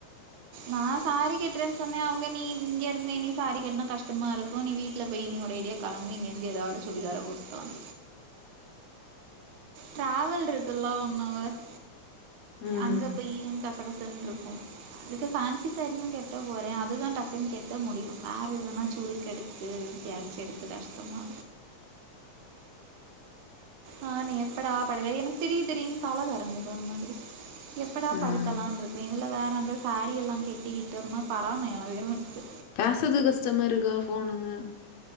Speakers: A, on the right (about 80°); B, on the left (about 70°).
A: நான் சாரி கேட்டுறேன்னு சொன்ன அவங்க நீ இங்க இருந்து நீ சாரி கேட்டினா கஷ்டமா இருக்கும் நீ வீ ட்ல போய் நீ உரேடியா கெளம்பு இங்கிருந்து ஏதாவது சுடிதார் போட்டுவாங்க ட்ராவல் இருக்குல்ல ஒன் அவர்
B: ம்.
A: அங்க போய்யும் கசகசனு இருக்கும் இதுக்கு பேன்சி ஸ்டோர்ல கெட்ட போறேன் அதுதான் டக்குன்னு கெட்ட முடியும் வேற எதனா சூரு கெடுத்து ஏ எப்டியாச்சு எடுத்து கஷ்டமா ஆ நீ எப்படா படைப்ப எனக்கு திடீர் திடீர்னு தல சொறந்துது ஒரு மாதிரி எப்படா
B: ம்.
A: படை க்கெல்லாம் இருக்கே இதுல வேற வந்த சாரீ எல்லாம் கட்டிக்கிட்டு ஒருமாரி பராமையும்க்கு
B: பேசது கஷ்டமா இருக்கா ஃபோனுங்க